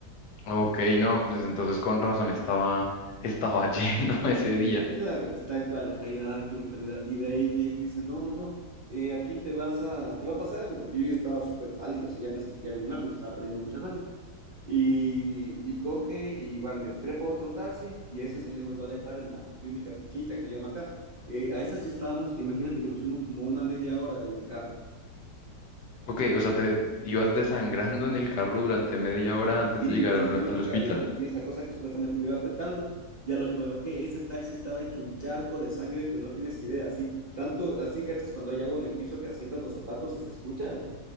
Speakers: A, on the left; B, on the right.
A: Ok, no, pues entonces con razón estaba, estaba <laughs> lleno ese día.
B: Claro, pues tal cual, ajá, y, ah, qué brutalidad. Y de ahí mi ex dice, no, no, no, eh, aquí te vas a, te va a pasar algo, porque yo ya estaba súper pálido, o sea, ya me sentía bien mal porque estaba perdiendo mucha sangre. Y, y coge, y igual me trepa otro taxi y ese señor nos va a dejar en la clínica Pichincha, que se llama acá. Eh, a esa sí estábamos, imagínate que nos fuimos como una media hora de ahí en carro.
A: Ok, o sea, te ibas desangrando en el carro durante media hora antes
B: Sí,
A: de llegar
B: sí,
A: al,
B: sí,
A: al
B: ajá.
A: hospital.
B: Y entonces tenía esa cosa que supuestamente me iba apretando. ya lo que me bajé, ese taxi estaba hecho un charco de sangre, pero no tienes idea, así. Tanto, así, cachas, cuando hay agua en el piso que asientas los zapatos y se escucha.